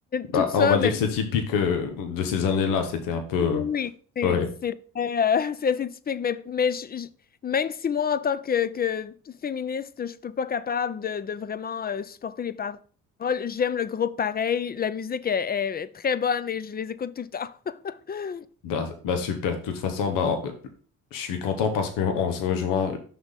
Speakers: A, on the left; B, on the left.
A: Bah,
B: tout ça,
A: on va dire
B: mais
A: que c'est typique euh, de ces années-là. C'était un peu.
B: oui, c'est
A: euh, ouais.
B: c'est très, euh, <laughs> c'est assez typique, mais, mais je- je- même si moi, en tant que, que féministe, je peux pas capable de, de vraiment euh, supporter les paroles, j'aime le groupe pareil, la musique est, est très bonne et je les écoute tout le temps. <laughs>
A: Bah, bah super. De toute façon, bah, on- je suis content parce qu'on se rejoint.